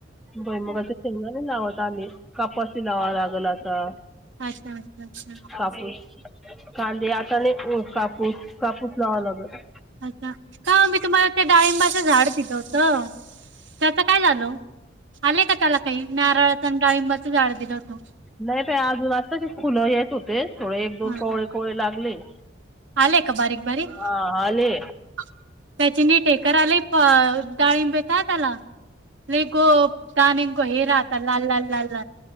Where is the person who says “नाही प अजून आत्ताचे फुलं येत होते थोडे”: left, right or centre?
Centre